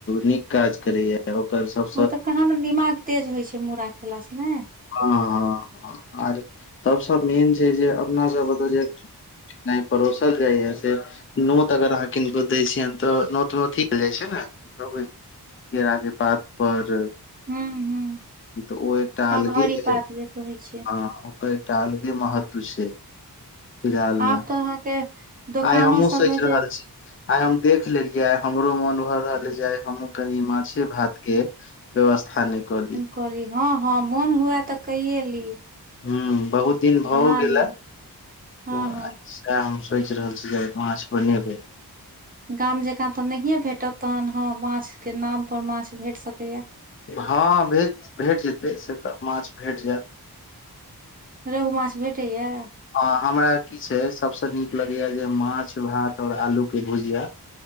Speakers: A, on the left; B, on the right.
A: नीक काज करैये। त ओकर सब
B: ओ तऽ कहाँ दन दिमाग तेज होइ छै, मूड़ा खेलासँ नै?
A: हँ, हँ, हँ आर तहुसँ मेन छै जे, अपना सब ओतऽ जे खेनाइ परोसल जाइए से नोत अगर अहाँ किनको दै छियैन, तऽ नोत मे अथी देल जाइ छै ने, कहबै। केराक पात पर।
B: हँ
A: तऽ ओ एकटा अलगे
B: घड़ी
A: भेलै,
B: पात जे कहै छै
A: हँ ओकर एकटा अलगे महत्व छै। फिलहाल
B: आब
A: मे,
B: तऽ अहाँके दोकानो
A: आइ हमहुँ
B: सबमे
A: सोचि
B: जे
A: रहल छी। आइ हम देख लेलियै, आइ हमरो मोन भऽ रहल ऐ जे आइ हमहु कनि माछे- भात के व्यवस्था नै कऽली।
B: कऽली। हँ, हँ, मोन हुए तऽ कइये ली।
A: ह बहुत दिन भऽ
B: बना
A: ओ गेल
B: लिअ
A: हे,
B: हँ
A: तऽ आइ
B: हँ
A: सो तैं हम सोचि रहल छी जे, माछ बनेबै।
B: गाम जँकाँ तऽ नहिए भेटत? तखन हँ माछके नाम पर माछ भेट सकैए।
A: हँ भे भेट जेतै, से तऽ माछ भेट जायत।
B: रोहु माछ भेटैए।
A: अ हमरा की छै, सबसे नीक लगेये जे माछ- भात और आलू के भुजिया।